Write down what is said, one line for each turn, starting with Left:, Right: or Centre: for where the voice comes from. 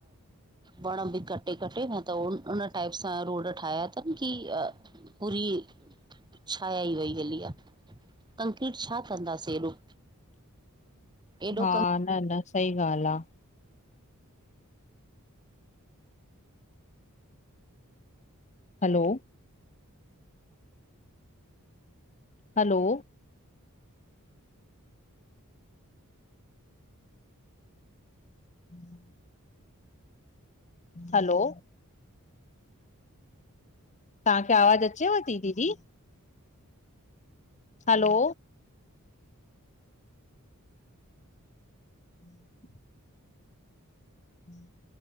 Right: वण बि कटे कटे न त उन टाइप सां रोड ठाहिया तनि की पूरी छाया ई वई हली आ। कंक्रीट छा कंदासीं एॾो। एॾो
Left: हा न न सही ॻाल्हि आ। हलो। हलो। <inaudible> हलो। तहां खे आवाज़ अचेव ती, दीदी? हलो। <inaudible> <inaudible>